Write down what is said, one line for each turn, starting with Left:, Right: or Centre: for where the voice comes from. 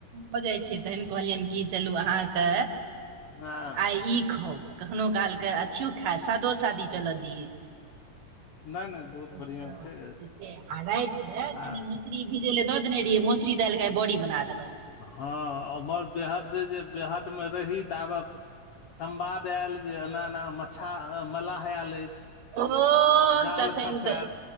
Right: भ जाई छै तहन कहलियनि की चलू अहाँके
Left: हँ
Right: आई ई खाउ कखनो कालके अथियो खाय सादो शादी चलऽ दियै
Left: नहि नहि बहुत
Right: हँ
Left: बढ़िआँ छै
Right: त आरा त ल
Left: आ
Right: कनी मस्त <unintelligible> <unintelligible> मोसरी भिज ले दऽ देने रहियै मोसरी दालिके आइ बोड़ी बना देबनि
Left: हँ ओम्हर बिहाटसँ जे बिहाटमे रही ताबे संवाद आयल जे एना-एना मच्छा मलाह आयल अछि।
Right: ओह!
Left: जाल
Right: तखन
Left: खसायत
Right: तऽ,